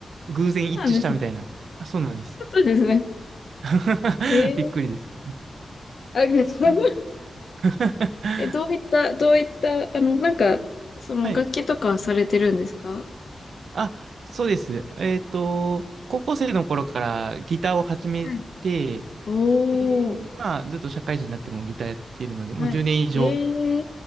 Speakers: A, on the right; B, on the left.
A: 偶然一致したみたいな。
B: そうなんですね。
A: あ、そうなんです。
B: そうですね。
A: <laughs>
B: えー、
A: びっくりです。
B: あ、<laughs>
A: あ <laughs>
B: え、どういった、どういった、あの、なんか、その楽器とかはされてるんですか
A: はい。あ、そうです。えっと、高校生の頃からギターを始めて、
B: はい。おー、
A: で、まあ、ずっと社会人になってもギターやっているので、もう10年以上、
B: はい。えー